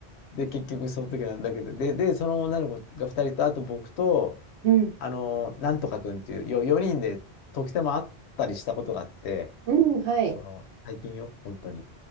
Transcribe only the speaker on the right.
うん、
うん、はい。